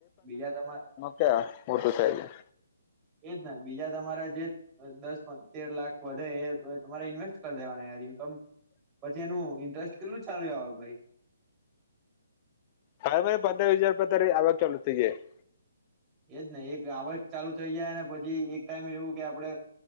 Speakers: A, on the right; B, on the left.
A: બીજા તમારે
B: ક્યા ઉર્દું સાહેબ
A: એજ ના બીજા તમારા જે દસ પંદર તેર લાખ વધે એ તો તમારે ઇન્વેસ્ટ કરી દેવાના યાર ઇન્કમ પછી એનું ઇન્ટરેસ્ટ કેટલું ચાલુ આવે ભાઈ
B: હા ભાઈ પંદરવીસ હજાર રૂપિયા તારી આવક ચાલુ થઈ જાય
A: એજ ને એક આવક ચાલુ થઇ જાય ને પછી એક ટાઈમ એવું કે આપડે